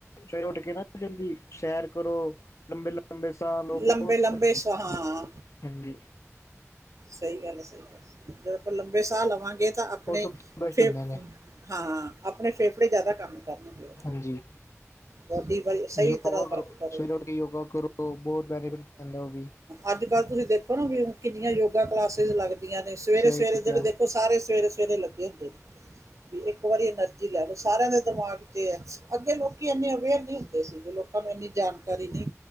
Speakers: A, on the left; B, on the right.
A: ਸਵੇਰੇ ਉੱਠ ਕੇ ਨਾ ਜਲਦੀ ਸੈਰ ਕਰੋ, ਲੰਮੇ ਲੰਮੇਂ ਲੰਬੇ ਸਾਹ ਲੋ, ਉਹ
B: ਲੰਬੇ
A: ਬਹੁਤ
B: ਲੰਬੇ
A: ਅ
B: ਸਾਹਾਂ
A: ਹਾਂਜੀ
B: ਸਹੀ ਗੱਲ ਹੈ, ਸਹੀ ਗੱਲ ਜਦੋਂ ਆਪਾਂ ਲੰਬੇ ਸਾਹ, ਲਵਾਂਗੇ ਤਾਂ ਆਪਣੇ
A: ਉਹ ਸਭ ਤੋਂ ਬੈਸਟ
B: ਫੇ
A: ਹੁੰਦੇ ਨੇ
B: ਹਾਂ, ਆਪਣੇ ਫੇਫੜੇ ਜ਼ਿਆਦਾ ਕੰਮ ਕਰਨਗੇ।
A: ਹਾਂਜੀ।
B: ਬੋਡੀ ਬਈ ਸਹੀ
A: ਯੋਗਾ
B: ਤਰ੍ਹਾਂ ਫਰਕ ਕਰੋ।
A: ਸਵੇਰੇ ਉੱਠ ਯੋਗਾ ਕਰੋ, ਬਹੁਤ ਬੈਨੀਫਿਟ ਪੈਂਦਾ ਉਹ ਵੀ।
B: ਅੱਜ- ਕੱਲ੍ਹ ਤੁਸੀਂ ਦੇਖੋ ਨਾ ਵੀ, ਕਿਨੀਆਂ ਯੋਗਾ ਕਲਾਸਿਸ ਲੱਗਦੀਆਂ ਨੇ, ਸਵੇਰੇ
A: ਸਹੀ
B: -ਸਵੇਰੇ
A: ਕਿਹਾ
B: ਜਿਹੜੇ ਦੇਖੋ ਸਾਰੇ, ਸਵੇਰੇ- ਸਵੇਰੇ ਲੱਗੇ ਹੁੰਦੇ ਨੇ ਵੀ ਇੱਕ ਵਾਰੀ ਨਾ ਜੀ ਲੈ ਲਓ, ਸਾਰਿਆਂ ਦੇ ਦਿਮਾਗ ਚ ਇਹ ਹੈ, ਅੱਗੇ ਲੋਕੀ ਇੰਨੇ ਅਵੇਅਰ ਨਹੀਂ ਹੁੰਦੇ ਸੀਗੇ, ਲੋਕਾਂ ਨੂੰ ਇੰਨੀ ਜਾਣਕਾਰੀ ਨਹੀਂ